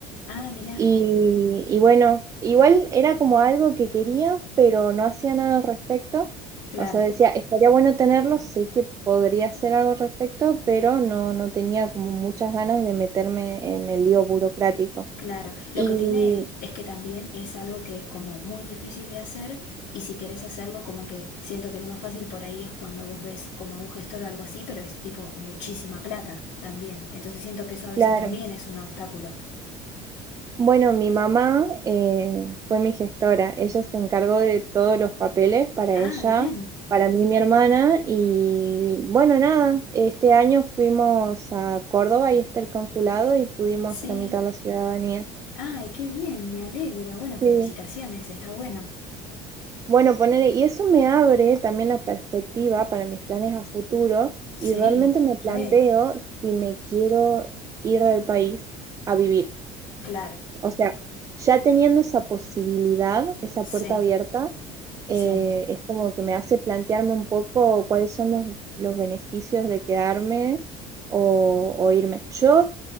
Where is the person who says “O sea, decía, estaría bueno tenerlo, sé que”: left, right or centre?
Right